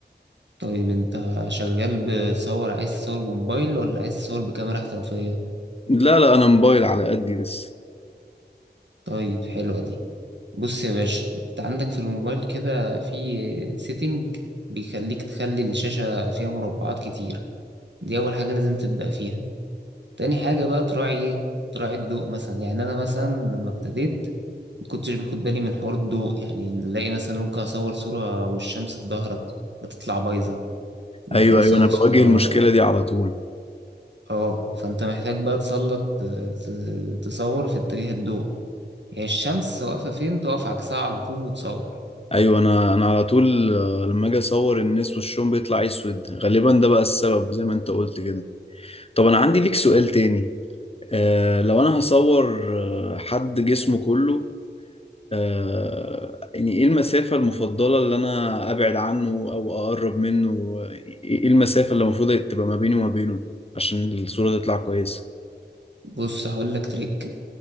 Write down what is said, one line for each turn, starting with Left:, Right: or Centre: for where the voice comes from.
Right: طيب أنت شغال بتصور عايز تصور بموبايل ولا عايز تصور بكاميرا احترافية
Left: لا لا انا موبايل على قدي لسه
Right: طيب حلوة دي بص يا باشا أنت عندك في الموبايل كده في سيتنج بيخليك تخلي الشاشة فيها مربعات كتير دي أول حاجة لازم تبدأ فيها تاني حاجة بقى تراعي إيه تراعي الضوء مثلا يعني أنا مثلا لما ابتديت ما كنتش باخد بالي من حوار الضوء يعني نلاقي مثلا ممكن اصور صورة والشمس في ظهرك بتطلع بايظة ممكن
Left: ايوه
Right: اصور
Left: ايوه انا بواجه
Right: صورة
Left: المشكلة دي على طول
Right: اه فانت محتاج بقى تسلط ت- تصور في اتجاه الضوء يعني الشمس واقفة فين تقف عكسها على طول وتصور
Left: ايوه انا انا على طول آه، لما اجي اصور الناس وشهم بيطلع اسود غالبا ده بقى السبب زي ما انت قلت كده طب انا عندي ليك سؤال تاني آه لو انا هصور آه، حد جسمه كله آه، يعني ايه المسافة المفضلة اللي انا ابعد عنه او اقرب منه يعني ايه المسافة اللي المفروض تبقى ما بيني وما بينه عشان الصورة تطلع كويسة
Right: بص هقول لك تريكة